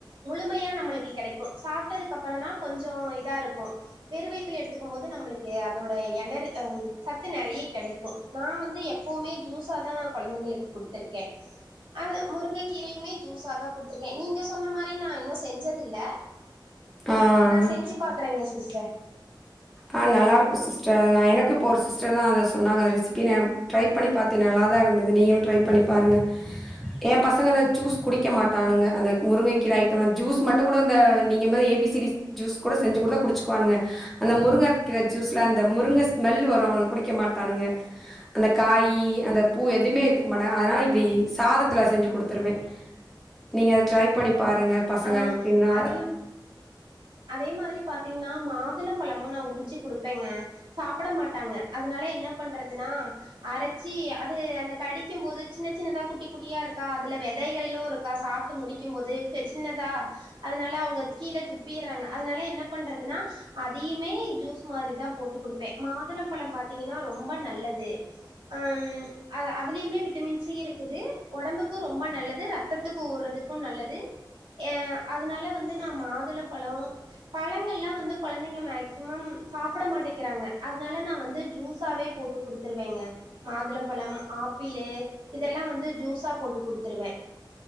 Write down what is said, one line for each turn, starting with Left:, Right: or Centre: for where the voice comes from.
Right: முழுமையா நம்மளுக்கு கெடைக்கு சாப்டதுக்கப்பறனா கொஞ்சோ இதா இருக்கு வெறு வயத்துல எடுத்துக்கு போது நம்புளுக் ஏ அதோட எனரு அம் சத்து நெறைய கெடைக்கு நா வந்து எப்பவுமே ஜூஸா தா குழந்தைங்களுக்கு கொடுத்துரு கே அது முருங்க கீரையுமே ஜூஸா தா குடுத்துருக்கே நீங்க சொன்ன மாரி நா இன்னு செஞ்சது இல்ல
Centre: ஆ
Right: நா
Centre: ஆ
Right: செஞ்சு பாக்றேங்க சிஸ்டர்
Centre: ஆ நல்லா இருக்கு சிஸ்டர் எனக்கு இப்ப ஒரு சிஸ்டர் தா அத சொன்னாங்க ரெசிபி நே ட்ரைப் பண்ணி பாத்தே நல்லா தா இருந்துது நீங்களு ட்ரை பண்ணி பாருங்க எ பசங்க த ஜூஸ் குடிக்க மாட்டானுங்க அந்த முருங்கை கீரை ஐட்டம்ல ஜூஸ் மட் அத்த கூட அந்த நீங்க மெரி ஏபி சி டி ஜூஸ் கூட செஞ்சு குடுத்த குடிச்சிக்குவாங்கங்க அந்த முருங்க கீர ஜூஸ்ல அந்த முருங்க ஸ்மெல் வரு அவனுங் குடிக்க மாட்டானுங்க அந்த காயி அந்த பூ எதுமே ஏத்துக்க மாட்டாங்க அதனால இப்டி சாதத்துல செஞ்சு குடுத்துருவே
Right: <inaudible>
Centre: நீங்க அத ட்ரை பண்ணி பாருங்க பசங்களுக்
Right: ஆ
Centre: இன்னா
Right: அதையும் அதே மாதிரி பாத்தீங்னா மாதுளம்பழமு நா உரிச்சு குடுப்பேங்க சாப்ட மாட்டாங்க அதுனால என்ன பண்றதுனா அரச்சி அது அந்த கடிக்கும்போது சின்ன சின்னதா குட்டி குட்டியா இருக்கா அதுல வெதைகளு இருக்கா சாப் ட்டு முடிக்கிம்போது சே சின்னதா அதனால அவங்க கீழே துப்பீர்றாங்க அதனால என்ன பண்றதுன்னா அதையுமே ஜூஸ் மாரிதா போட்டு குடுப்பே மாதுளம்பழம் பாத்தீங்கன்னா ரொம்ப நல்லது அ ம் அ அதுலியுமே விட்டமின் சி இருக்குது ஒடம்புக்கு ரொம்ப நல்லது ரத்தத்துக்கு ஊர்றதுக்கு நல்லது ஏ அதுனால வந்து நா மாதுளம்பழோ பழங்கள்லா வந்து குழந்தைங்க மேக்சிமம் சாப்ட மாட்டக்கிறாங்க அதனால நா வந்து ஜூஸாவே போட்டு குடுக் த்துருவேங்க மாதுளம்பழம் ஆப்பிலு இதெல்லா வந்து ஜூஸா போட்டு குடுத்துருவே